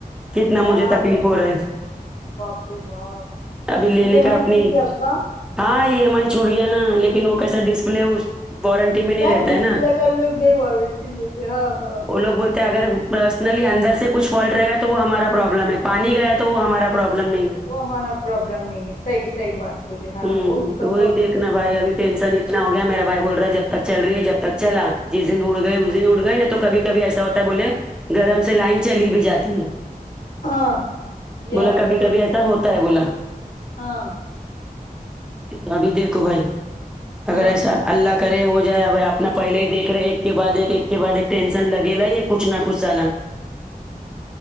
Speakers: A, in the centre; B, on the left (about 60°).
A: کتنا
B: اللہ
A: مجھے تکلیف
B: پچپن
A: ہو رہا ہے
B: انچ کی باپ رے باپ
A: کبھی لیلکے
B: ای ایم آئی
A: ا اپنی
B: پھٹ گیا اس کا
A: ہاں ای ایم آئی چھوٹ گیا نا لیکن وہ کیسا ڈسپلے اس وارنٹی میں
B: نہیں
A: رہتا
B: ڈسپلے
A: ہے نا
B: کا انلوگ نہیں وارنٹتی لیتے ہاں ہاں
A: وہ لوگ بولتا ہے اگر پرسنلی اندر سے کچھ فالٹ رہے گا تو وہ ہمارا پروابلم ہے پانی گیا تو تو ہمارا پروابلم نہیں ہے
B: وہ ہمارا پرابلم نہیں ہے صح صحیح بات بولے ہاں
A: ہوں
B: وہ ان کا
A: تو وہی
B: پرابلم
A: دیکھنا
B: نہیں
A: بھائی ابھی ٹینشن اتنا ہو گیا میرا بھائی بول رہا ہے جب تک چل رہی ہے جب تک چلا جس دن اڑ گئ اس دن اڑ گئ نا تو کبھی کبھی ایسا ہوتا ہے بولے گرم سے لائن چلی بھی جاتی ہے
B: ہاں یا
A: بولا
B: اللہ
A: کبھی کبھی ایسا ہوتا ہے بولا
B: ہاں
A: کتنا بھی دیکھو بھائی
B: ہاں
A: اگر ایسا اللہ کرے ہو جائے ا بھائی اپنا پہلے ہی دیکھ رہے ایک کے بعد ایک ایک کے بعد ایک ٹینشن لگے لا ہی ہے کچھ نہ کچھ سالا